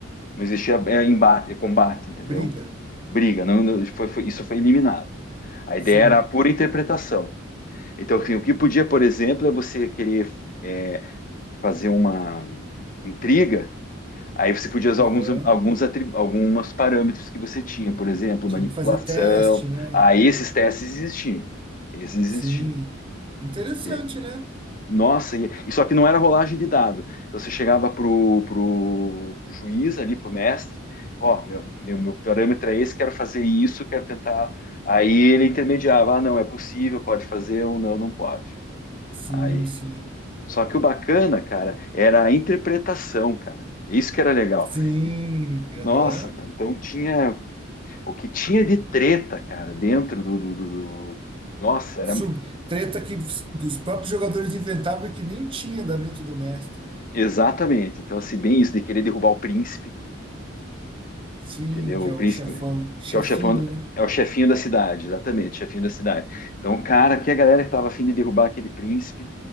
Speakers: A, on the left (about 45°); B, on the right (about 25°).
A: não existia é, embate, eh, combate, entendeu?
B: Briga.
A: Briga, não, não- foi- foi- isso foi eliminado. A ideia
B: Sim.
A: era a pura interpretação. Então, assim, o que podia, por exemplo, é você querer é, fazer uma intriga Aí você podia usar
B: Aham.
A: alguns, alguns atribu- algumas parâmetros que você tinha, por exemplo,
B: Tinha
A: manipulação.
B: que fazer teste, né?
A: Aí esses testes existiam. Esses existiam.
B: Sim. Interessante,
A: entende?
B: né?
A: Nossa, e, e só que não era rolagem de dado. Então você chegava pro, pro, pro juiz ali, pro mestre, ó, meu, meu, meu parâmetro é esse, quero fazer isso, quero tentar. Aí ele intermediava, ah, não, é possível, pode fazer ou não, não pode.
B: Sim,
A: Aí,
B: sim.
A: só que o bacana, cara, era a interpretação, cara. Isso que era legal.
B: Sim.
A: Nossa,
B: Aham.
A: cara, então tinha O que tinha de treta, cara, dentro do, do, do- Nossa, era.
B: Sub, treta que os os próprios jogadores inventavam e que nem tinha da mente do mestre, né?
A: Exatamente. Então, assim, bem isso, de querer derrubar o príncipe,
B: Sim,
A: entendeu?
B: que
A: O
B: é
A: príncipe,
B: o chefão, chefinho,
A: que é o chefão,
B: né?
A: é o chefinho da cidade, exatamente, chefinho da cidade. Então, cara, que a galera que tava afim de derrubar aquele príncipe,